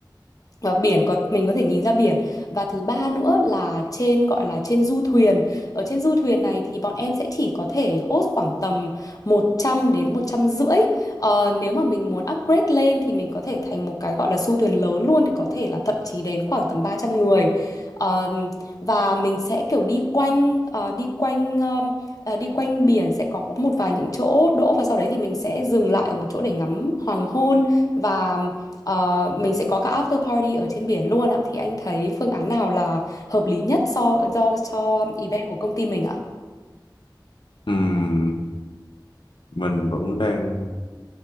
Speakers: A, on the left; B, on the left.
A: và biển có mình có thể nhìn ra biển và thứ ba nữa là trên gọi là trên du thuyền ở trên du thuyền này thì bọn em sẽ chỉ có thể host khoảng tầm 100 đến 150 ờ, nếu mà mình muốn upgrade lên thì mình có thể thành một cái gọi là du thuyền lớn luôn thì có thể là thậm chí đến khoảng tầm 300 người Ờ, và mình sẽ kiểu đi quanh ờ, đi quanh ờm, ờ, đi quanh biển sẽ có một vài những chỗ đỗ và sau đấy thì mình sẽ dừng lại ở một chỗ để ngắm hoàng hôn và Ờ, mình sẽ có cả after party ở trên biển luôn ạ. Thì anh thấy phương án nào là hợp lý nhất so do cho event của công ty mình ạ?
B: Ừm, mình vẫn đang